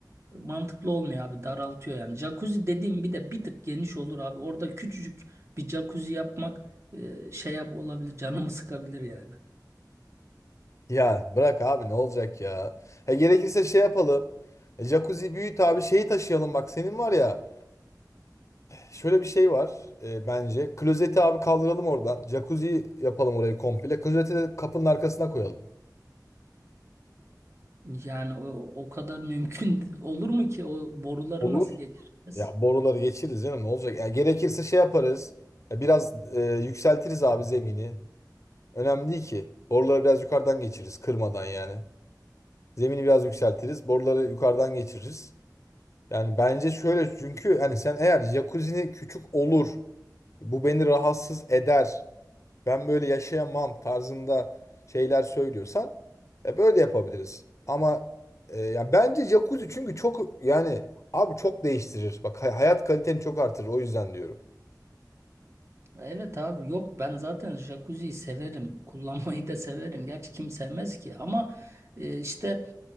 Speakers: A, on the right; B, on the left.
A: Mantıklı olmuyor abi daraltıyor yani. Jacuzzi dediğim bir de bir tık geniş olur abi. Orada küçücük bir jacuzzi yapmak e, şey yap olabilir canımı sıkabilir yani.
B: Ya bırak abi ne olacak ya. E, gerekirse şey yapalım. E, jacuzzi büyüt abi şeyi taşıyalım bak. Senin var ya şöyle bir şey var e, bence. Klozeti abi kaldıralım oradan. Jacuzzi yapalım orayı komple. Klozeti de kapının arkasına koyalım.
A: Yani o, o kadar mümkün <laughs> olur mu ki o boruları
B: Olur.
A: nasıl geçireceğiz?
B: Ya boruları geçiririz canım ne olacak? Ya gerekirse şey yaparız. Ya biraz e, yükseltiriz abi zemini. Önemli değil ki. Boruları biraz yukarıdan geçiririz kırmadan yani. Zemini biraz yükseltiriz. Boruları yukarıdan geçiririz. Yani bence şöyle çünkü hani sen eğer jacuzzi küçük olur, bu beni rahatsız eder, ben böyle yaşayamam tarzında şeyler söylüyorsan e, böyle yapabiliriz. Ama e, ya bence jacuzzi çünkü çok yani abi çok değiştirir. Bak hay- hayat kaliteni çok artırır o yüzden diyorum.
A: Evet abi yok ben zaten jacuzziyi severim. Kullanmayı da severim. Gerçi kim sevmez ki ama e, işte